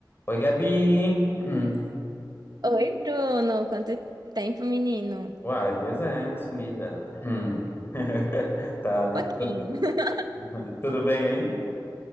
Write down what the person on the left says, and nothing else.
Oi, Gabi! <clears throat>
Uai, pois é, sumida. <clears throat> <laughs> Tá.
tu- Tudo bem aí?